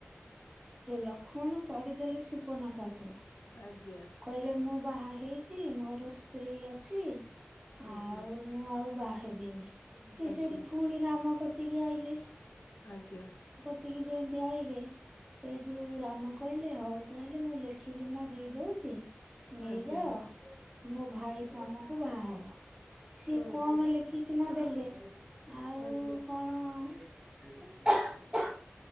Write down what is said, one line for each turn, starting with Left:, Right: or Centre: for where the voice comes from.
Right: ଲକ୍ଷ୍ମଣ ତଡିଦେଲେ ସୁପନଖାକୁ।
Left: ଆଜ୍ଞା
Right: କହିଲେ ମୁଁ ବାହା ହେଇଛି ମୋର ସ୍ତ୍ରୀ ଅଛି।
Left: ଆଜ୍ଞା।
Right: ଆଉ ମୁଁ ଆଉ ବାହା ହେବିନି ସିଏ
Left: ଆଜ୍ଞା
Right: ସେଇଠୁ ପୁଣି ରାମ କତିକି ଆଇଲେ।
Left: ଆଜ୍ଞା।
Right: ଏତିକି ଯେମିତି ଆଇିଲେ ସେଇଠୁ ରାମ କହିଲେ ହଉ ତାହେଲେ ମୁଁ ଲେଖିକିନା ଦେଇଦଉ ନେଇଯାଅ
Left: ଆଜ୍ଞା
Right: ମୋ ଭାଇ ତମକୁ ବାହା ହବ। ସିଏ
Left: ଆଜ୍ଞା
Right: କଣ ଲେଖିକିନା ଦେଲେ ଆଉ
Left: ଆଜ୍ଞା।
Right: କଣ <unintelligible>